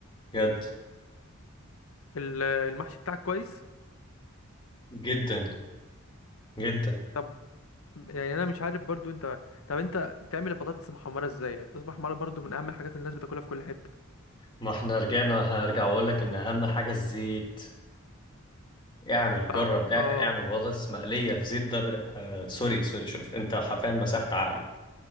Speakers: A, on the left (about 20°); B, on the left (about 70°).
A: بجد
B: ال- المحشي بتاعك كويس
A: جدا جدا
B: طب يعني انا مش عارف برضو انت طب انت بتعمل البطاطس محمره ازاي البطاطس محمره برضو من اهم الحاجات اللي الناس بتاكلها في كل حته
A: ما احنا رجعنا هرجع واقول لك ان اهم حاجه الزيت اعمل
B: فاهمك
A: جرب اع-
B: اه
A: اعمل بطاطس مقليه في زيت ده بر... آه سوري سوري شوف انت حرفيا مسحت عقلي